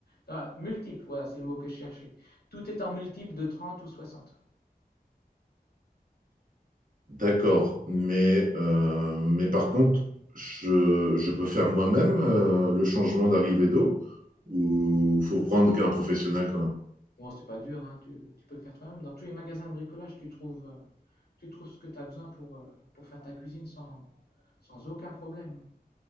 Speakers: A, on the left; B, on the right.
A: Ah, multiple, voilà, c'est le mot que je cherchais. Tout est en multiple de 30 ou 60.
B: d'accord. Mais, euh, mais par contre, je, je peux faire moi-même euh, le changement d'arrivée d'eau ou faut prendre un professionnel quand même.
A: Bon, c'est pas dur, hein, tu, tu peux le faire toi-même. Dans tous les magasins de bricolage, tu trouves, euh, tu trouves ce que tu as besoin pour, euh, pour faire ta cuisine sans, sans aucun problème.